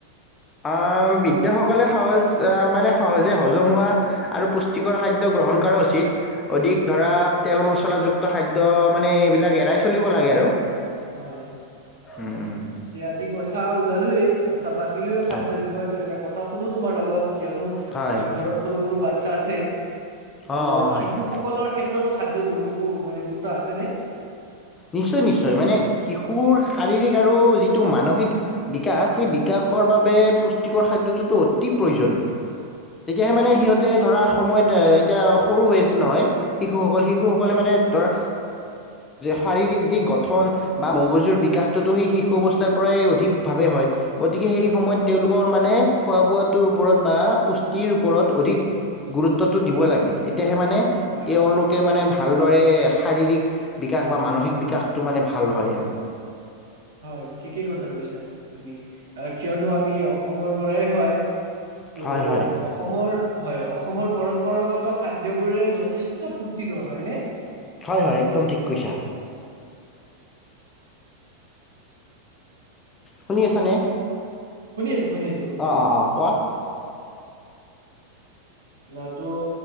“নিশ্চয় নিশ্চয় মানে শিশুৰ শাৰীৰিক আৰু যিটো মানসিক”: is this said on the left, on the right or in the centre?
Left